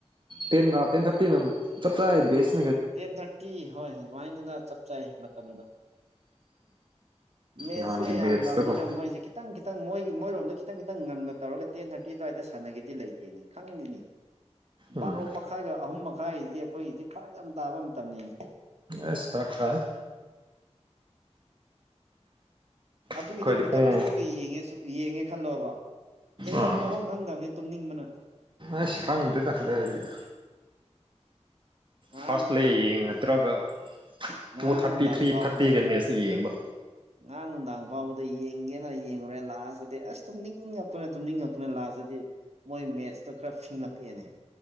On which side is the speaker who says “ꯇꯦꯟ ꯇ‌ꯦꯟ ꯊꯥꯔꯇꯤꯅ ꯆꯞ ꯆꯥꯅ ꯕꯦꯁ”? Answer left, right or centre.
Right